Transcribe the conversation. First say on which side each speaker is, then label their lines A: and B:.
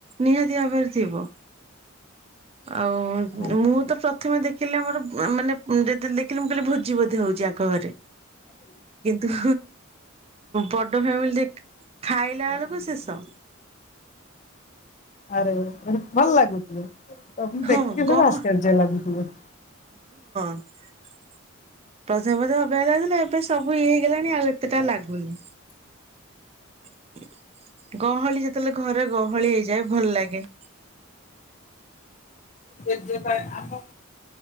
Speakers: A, on the right; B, on the left.
A: ନିହାତି ଭାବରେ ଥିବ। ଆଉ
B: ହଁ।
A: ମୁଁ ତ ପ୍ରଥମେ ଦେଖିଲି ଆମର ମାନେ ଉଁ ଯେତେବେଳେ ଦେଖିଲି ମୁଁ କହିଲି ଭୋଜି ବୋଧେ ହୋଉ ଚି ଆଙ୍କ ଘରେ କିନ୍ତୁ ବଡ ଫ୍ୟାମିଲି ଦେଖ ଖାଇଲା ବେଳୁକୁ ଶେଷ।
B: ଆରେ ଆରେ ଭଲ ଲାଗୁଚି ତମକୁ
A: ହଁ
B: ଦେଖିକି
A: ଗହ
B: ସବୁ ଆଶ୍ଚର୍ଯ୍ୟ ଲାଗୁଥିବ।
A: <inaudible> ପ୍ରଥମେ ପ୍ରଥମେ ଅବାଗିଆ ଲାଗୁଥିଲା ଏବେ ସବୁ ଇଏ ହେଇଗଲାଣି ଆଉ ଏତେଟା ଲାଗୁନି। <inaudible> ଗହଳି ଯେତେବେଳେ ଘରେ ଗହଳି ହେଇଯାଏ ଭଲ ଲାଗେ। <inaudible>
B: ଯିଏ ପାଏ ଆମ